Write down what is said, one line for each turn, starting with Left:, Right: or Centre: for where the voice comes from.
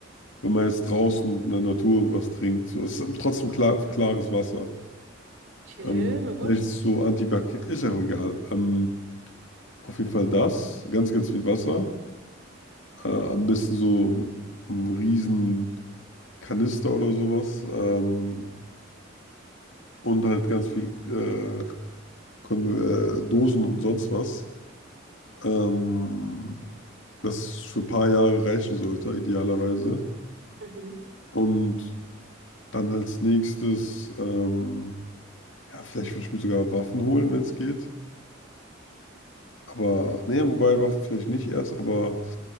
Left: wenn man jetzt draußen in der Natur irgendwas trinkt, so, es ist trotzdem klar, klares Wasser.
Right: okay,
Left: Ähm,
Right: ja.
Left: vielleicht ist es so antibakteriell, ist ja auch egal. Ähm, auf jeden Fall das, ganz, ganz viel Wasser. Äh, am besten so einen riesen Kanister oder sowas. Ähm, und halt ganz viel äh, Kon äh, Dosen und sonst was. Ähm, das für ein paar Jahre reichen sollte, idealerweise.
Right: Mhm.
Left: Und dann als nächstes, ähm, ja, vielleicht würde ich mir sogar Waffen holen, wenn es geht. Aber, nee, wobei Waffen vielleicht nicht erst, aber